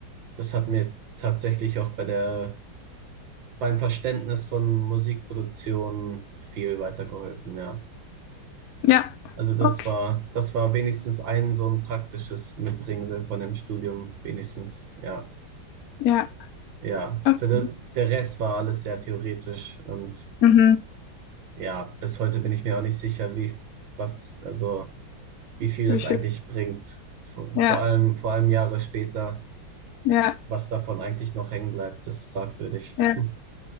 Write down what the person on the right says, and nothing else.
das hat mir tatsächlich auch bei der, beim Verständnis von Musikproduktion viel weitergeholfen, ja.
Also das
war, das war wenigstens ein so ein praktisches Mitbringsel von dem Studium, wenigstens, ja.
Ja,
für de, der Rest war alles sehr theoretisch und
Ja, bis heute bin ich mir auch nicht sicher, wie was, also wie viel
das
eigentlich bringt. Vor
vor allem, vor allem Jahre später,
was davon eigentlich noch hängen bleibt, ist fragwürdig.
<laughs>